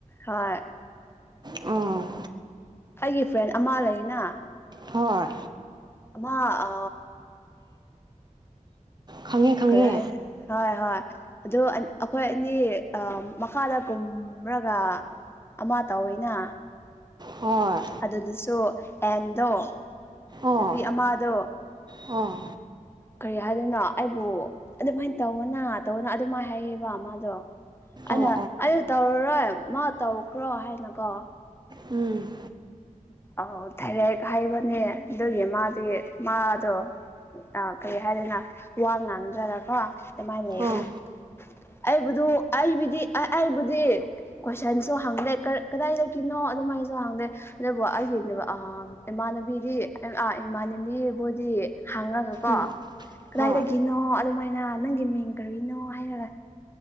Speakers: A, on the left; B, on the right.
A: ꯍꯣꯏ
B: ꯎꯝ
A: ꯑꯩꯒꯤ ꯐ꯭ꯔꯦꯟ ꯑꯃꯥ ꯂꯩꯅ
B: ꯍꯣꯏ
A: ꯑꯃ ꯑ
B: ꯈꯪꯉꯦ ꯈꯪꯉꯦ
A: ꯈꯔ ꯍꯥꯏꯁꯦ ꯍꯣꯏ ꯍꯣꯏ ꯑꯗꯨ ꯑꯩꯈꯣꯏ ꯑꯅꯤ ꯑ ꯃꯈꯥꯗ ꯀꯨꯝꯔꯒ ꯑꯃ ꯇꯧꯏꯅ
B: ꯍꯣꯏ
A: ꯑꯗꯨꯗꯁꯨ ꯑꯦꯟꯗꯣ
B: ꯑꯣ
A: ꯅꯨꯄꯤ ꯑꯃꯗꯣ
B: ꯑꯣ
A: ꯀꯔꯤ ꯍꯥꯏꯗꯣꯏꯅꯣ ꯑꯩꯕꯨ ꯑꯗꯨꯃꯥꯏꯅ ꯇꯧꯅ ꯇꯧꯅ ꯑꯗꯨꯃꯥꯏꯅ ꯍꯥꯏꯌꯦꯕ ꯃꯥꯗꯣ ꯑꯅ
B: ꯑꯣ ꯑꯣ
A: ꯑꯩ ꯇꯧꯔꯔꯣꯏ ꯃꯥ ꯇꯧꯈ꯭ꯔꯣ ꯍꯥꯏꯅꯀꯣ
B: ꯎꯝ
A: ꯑ ꯊꯥꯏꯔꯦꯛ ꯍꯥꯏꯕꯅꯦ ꯑꯗꯨꯒꯤ ꯃꯥꯗꯤ ꯃꯥꯗꯣ ꯑ ꯀꯔꯤ ꯍꯥꯏꯗꯅ ꯋꯥ ꯉꯥꯡꯗ꯭ꯔꯒꯀꯣ ꯑꯗꯨꯃꯥꯏꯅ ꯂꯩꯗꯅ
B: ꯑꯣ
A: ꯑꯩꯕꯨꯗꯨ ꯑꯩꯕꯨꯗꯤ ꯑꯩꯕꯨꯗꯤ ꯀꯣꯏꯁꯟꯁꯨ ꯍꯪꯗꯦ ꯀꯗꯥꯏꯗꯒꯤꯅꯣ ꯑꯗꯨꯃꯥꯏꯅꯁꯨ ꯍꯪꯗꯦ ꯑꯗꯨ ꯑꯩꯒꯤ ꯏꯃꯥꯟꯅꯕꯤꯗꯤ ꯏꯃꯥꯟꯅꯕꯤꯕꯨꯗꯤ ꯍꯥꯡꯉꯒꯀꯣ
B: ꯎꯝ
A: ꯀꯗꯥꯏꯗꯒꯤꯅꯣ
B: ꯍꯣꯏ
A: ꯑꯗꯨꯃꯥꯏꯅ ꯅꯪꯒꯤ ꯃꯤꯡ ꯀꯨꯏꯅꯣ ꯍꯥꯏꯅꯔ